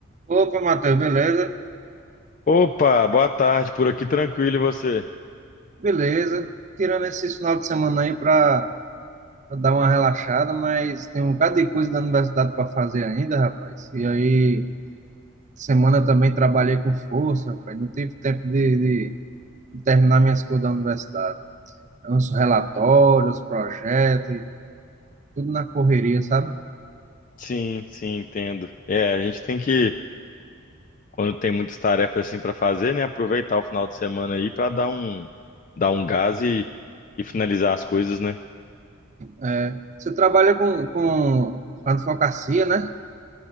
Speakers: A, on the right; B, on the left.
A: Opa, Matheus, beleza?
B: Opa, boa tarde, por aqui tranquilo e você?
A: Beleza. Tirando esse final de semana aí pra, pra dar uma relaxada, mas tem um bocado de coisa da universidade para fazer ainda, rapaz. E aí, semana também trabalhei com força, rapaz. Não tive tempo de, de- de terminar minhas coisas da universidade. Os relatórios, projetos, e tudo na correria, sabe?
B: Sim, sim, entendo. É, a gente tem que, quando tem muitas tarefas assim para fazer, né, aproveitar o final de semana aí para dar um dar um gás e, e finalizar as coisas, né?
A: É, você trabalha com, com, com advocacia, né?